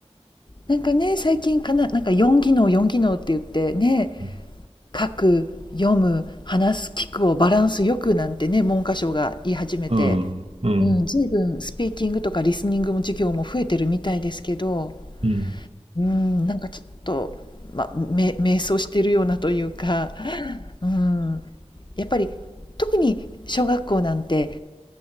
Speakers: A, on the left; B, on the right.
A: なんかね、最近かな、なんか4技能、4技能って言ってね、
B: う。
A: 書く、読む、話す、聞くをバランスよくなんてね、文科省が言い始めて、
B: うん、うん、
A: うん、随分スピーキングとかリスニングも授業も増えてるみたいですけど、
B: うん。
A: うーん、なんかちょっと、ま、め迷走してるようなというか、<laughs> うーん、やっぱり特に小学校なんて、